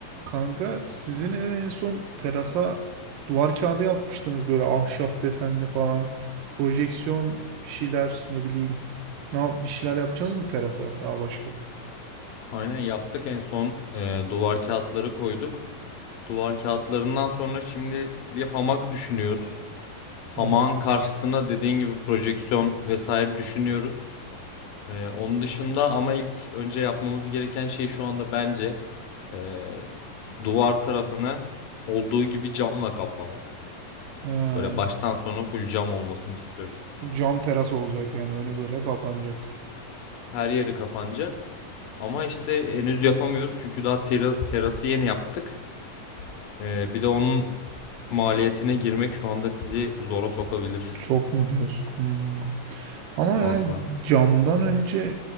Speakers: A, on the right; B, on the left.
A: Kanka sizin ev en son terasa duvar kağıdı yapmıştınız böyle ahşap desenli falan. Projeksiyon bir şeyler ne bileyim. Ne yap- bir şeyler yapacaksınız mı terasa daha başka?
B: Aynen yaptık en son e, duvar kağıtları koyduk. Duvar kağıtlarından sonra şimdi bir hamak düşünüyoruz. Hamağın
A: Hmm.
B: karşısına dediğin gibi projeksiyon vesaire düşünüyoruz. E, onun dışında ama ilk önce yapmamız gereken şey şu anda bence e, duvar tarafını olduğu gibi camla kaplamak.
A: Ha,
B: Böyle baştan sona full cam olmasını istiyoruz.
A: bu cam teras olacak yani önü böyle kapanacak.
B: Her yeri kapanacak. Ama işte henüz yapamıyoruz çünkü daha tera- terası yeni yaptık. Ee, bir de onun maliyetine girmek şu anda bizi zora sokabilir
A: Çok mu diyorsun? Hmm. Ama
B: fazla.
A: yani camdan önce